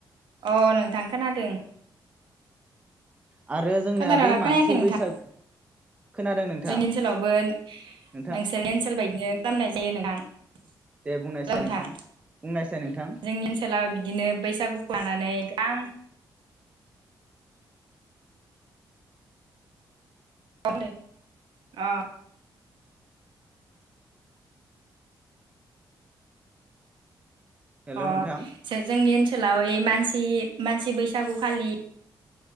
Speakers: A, on the right; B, on the right.
A: अ नोंथां खोनादों।
B: आरो जोंनिया
A: खोनादोंना
B: बै
A: खोनायाखै
B: मानसि
A: नोंथां
B: बैसागु खोनादों नोंथां
A: जोंनि ओनसोलावबो
B: नोंथां
A: नोंसोरनि ओनसोल बायदिनो। खालामनाय जायो नों <unintelligible> हेल'
B: दे बुंनायसाय
A: नोंथां
B: बुंनायसाय नोंथां
A: जोंनि ओनसोलाव बिदिनो बैसागुखौ लानानै आं <unintelligible> ओ
B: हेल'
A: अ
B: नोंथां
A: जोंनि ओनोल ओनसोलाव मानसि मानसि बैसागु खालि